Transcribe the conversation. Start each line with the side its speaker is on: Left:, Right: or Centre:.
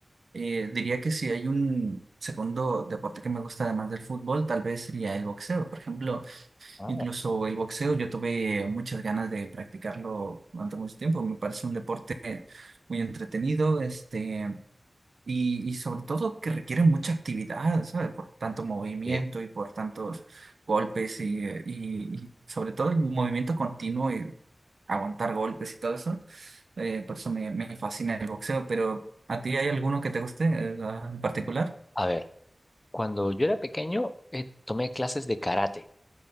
Right: eh, diría que si hay un segundo deporte que me gusta además del fútbol, tal vez sería el boxeo. Por ejemplo,
Left: Ah,
Right: incluso el boxeo yo tuve muchas ganas de practicarlo durante mucho tiempo. Me parece un deporte muy entretenido, este, y, y sobre todo que requiere mucha actividad, ¿sabes? Por tanto movimiento
Left: sí.
Right: y por tantos golpes y, eh, y- y sobre todo el movimiento continuo y aguantar golpes y todo eso. Eh, por eso me, me fascina el boxeo, pero ¿a ti hay alguno que te guste eh, en particular?
Left: A ver. Cuando yo era pequeño, eh, tomé clases de karate,